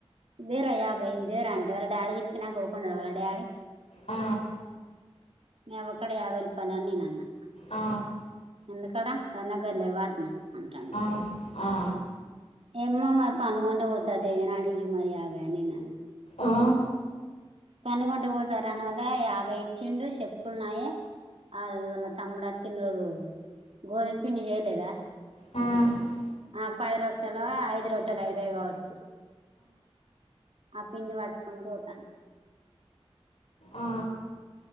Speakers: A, on the right; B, on the left.
A: ఇదేరా యాభై ఇ దేర అే వాళ్ళ డాీకి ఇచ్చి నాకువకుంండ వాళ్ళ డాడీ
B: ఆ
A: మి అవ్వక్కడ యాభై రూపాయలు అని నేను అన్నా
B: ఆ ఆ
A: ఎందుకడా సనకల్ వా నా అంటంది
B: ఆ
A: ఏమ్మ మరి పనుకుంటే పోతాడుే నాటికి మరి అవన్ని నన్న
B: ఆ
A: పండుగొంట పోతారు అనివల్ల యాభై ఇచ్చిండు చెప్పులున్నాయి ఆ రోజు జ వల్ల తమ్ముడు వచ్చిండు రోజు గోధుమ పిండి చేయలేదా
B: ఆ
A: ఆ పై రొట్టలు ఐదు రొట్టలు ఐదే కావచ్చు ఆ పిండి పట్టుకొని పోతాను
B: ఆ